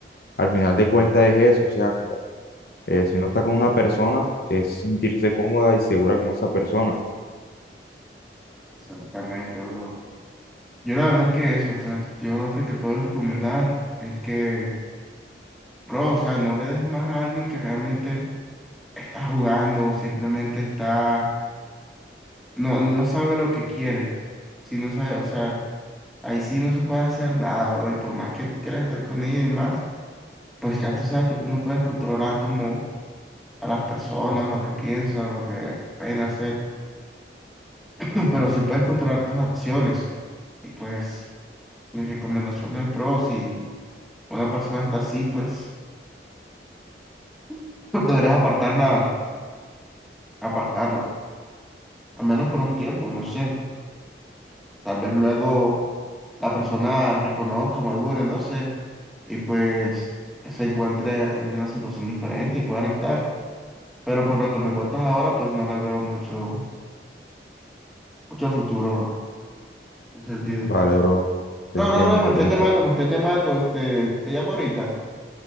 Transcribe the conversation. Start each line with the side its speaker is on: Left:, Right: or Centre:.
Left: al final de cuentas es eso, o sea, como eh, si uno está con una persona, es sentirse cómoda y segura con esa persona.
Centre: Exactamente, bro. Yo la verdad es que eso, o sea, yo lo que te puedo recomendar es que, bro, o sea, no le des más a alguien que realmente está jugando o simplemente está no, no, no sabe lo que quiere. Si no sabe, o sea, ahí sí no se puede hacer nada, bro. Y por más que tú quieras estar con ella y demás, pues ya tú sabes que tú no puedes controlar como a las personas, lo que piensan, lo que pueden hacer. <clears throat> Pero sí puedes controlar tus acciones. Y pues, mis recomendaciones, bro, si una persona está así, pues <laughs> deberás apartarla, apartarla. Al menos por un tiempo, no sé. Tal vez luego. la persona reconozca, madure, no sé, y pues se encuentre en una situación diferente y puedan estar. Pero por lo que me cuentas ahora, pues no le veo mucho, mucho futuro, bro, en ese sentido.
Left: Mm, Vale, bro, te
Centre: No,
Left: entiendo,
Centre: no, no, me están
Left: tienes
Centre: llamando,
Left: todo.
Centre: me están llamando, este, te llamo ahorita.